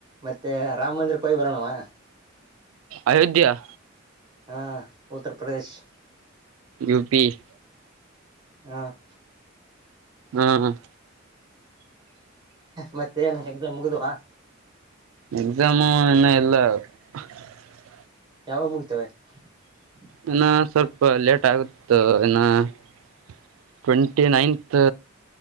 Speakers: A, on the right; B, on the right.
A: ಮತ್ತೆ! ರಾಮ ಮಂದಿರ ಹೋಗಿ, ಬರೋಣವಾ? <inaudible>
B: ಅಯೋಧ್ಯಾ? <inaudible>
A: ಹಾ, ಉತ್ತರ್, ಪ್ರದೇಶ್. <inaudible>
B: ಯುಪಿ. <inaudible>
A: ಹಾ.. <inaudible>
B: ಹ್ಮ್. <inaudible>
A: ಮತ್ತೇನ್, ಎಕ್ಸಾಮ್, ಮುಗಿದುವ? <inaudible>
B: ಎಕ್ಸಾಮು, ಇನ್ನ, ಇಲ್ಲ, ಹಾ. <inaudible>
A: ಯಾವಾಗ, ಮುಗಿಯುತ್ತವೆ? <inaudible>
B: ಇನ್ನ, ಸ್ವಲ್ಪ, ಲೇಟ್, ಆಗುತ್ತೆ, ಇನ್ನ? <inaudible> Twenty, ninth,